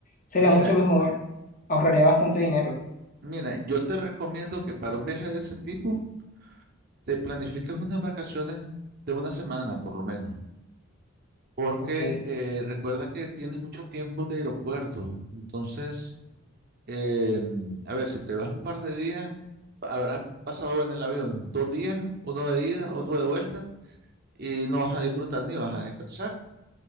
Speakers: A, on the left (about 40°); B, on the right (about 45°).
A: Sería
B: Mira,
A: mucho mejor, ahorraría bastante dinero.
B: Mira, yo te recomiendo que para un viaje de ese tipo te planifiques unas vacaciones de una semana por lo menos, porque
A: Ok,
B: eh, recuerda que tienes mucho tiempo de aeropuerto. Entonces, eh, a ver, si te vas un par de días, habrás pasado en el avión dos días, uno de ida, otro de vuelta, y no vas a disfrutar ni vas a descansar.